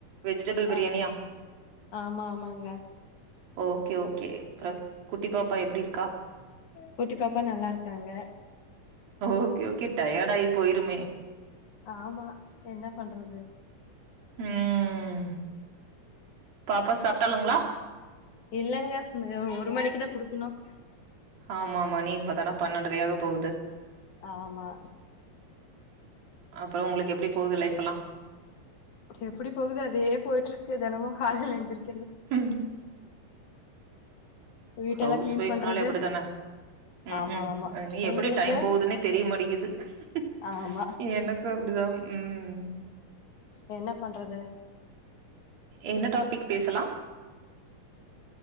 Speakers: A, on the right; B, on the left.
A: வெஜிடபிள் பிரியாணியா?
B: ஆமா ஆமா ஆமாங்க
A: ஓகே ஓகே அப்றம் குட்டி பாப்பா எப்டி இருக்கா
B: குட்டி பாப்பா நல்லா இருக்காங்க
A: ஓகே ஓகே டயாடயி போயிடுமே
B: ஆமா என்ன பண்றது
A: உம் பாப்பா சாப்டலுங்களா
B: இல்லாங்க ஒரு மணிக்குதான் குடுக்கணும்
A: ஆமா மணி இப்தானே பன்னெண்டரயாக போகுது
B: ஆமா
A: அப்பறோம் உங்களுக்கு எப்டி போகுது லைஃப் எல்லாம்
B: எப்டி போகுது அதே போயிட்டு இருக்கு தினமும் காலயில எழுந்திரிக்
A: உம்
B: வீட்டெல்லா
A: ஹவுஸ்
B: கிளீன்
A: ஒயிப்னாலே
B: பண்றது
A: அப்டித்தானே உம்
B: ஆமா
A: உம்
B: ஆமா
A: நீ எப்டி
B: உங்களுக்கு
A: டைம் போகுதுன்னே தெரியமாடிக்குது அது
B: ஆமா
A: கும் எனக்கும் அப்டிதான் உம்
B: என்ன பண்றது
A: என்ன டாபிக் பேசலாம்